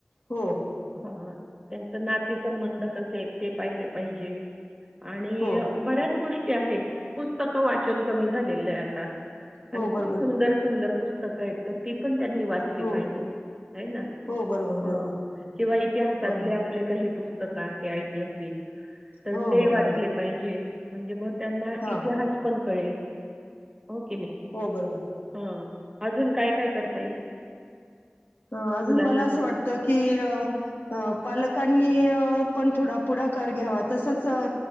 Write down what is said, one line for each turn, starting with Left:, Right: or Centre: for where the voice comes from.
Left: हो.
Right: हा त्यांच नाते संंबंध कसे आहेत ते पाहिले पाहिजे आणि
Left: हो
Right: बऱ्याच गोष्टी आहेत पुस्तकं वाचन कमी झालेलं आहे आता. आणि
Left: हो
Right: खूप
Left: बरोबर
Right: सुंदर-सुंदर पुस्तकं आहेत तर ती पण त्यांनी वा चली झाली
Left: हो
Right: पाहिजे आहे ना
Left: हो बरोबर
Right: हा
Left: बरोबर
Right: किंवा इतिहासातल्या
Left: बरोबर
Right: आपले काही पुस्तक आहे ऐतिहासिक तर
Left: हो
Right: ते
Left: हो
Right: वाचले
Left: बरोबर
Right: पाहिजे. म्हणजे भव त्यांना
Left: हां
Right: इतिहास पण कळेल हो कि नाही.
Left: हो बरोबर.
Right: हा अजून काय काय करता येईल?
Left: हो अजून
Right: मुलांना
Left: मला असं
Right: तर?
Left: वाटतय की अ हो पालकांनी अ पण थोडा पुढाकार घ्यावा तसचं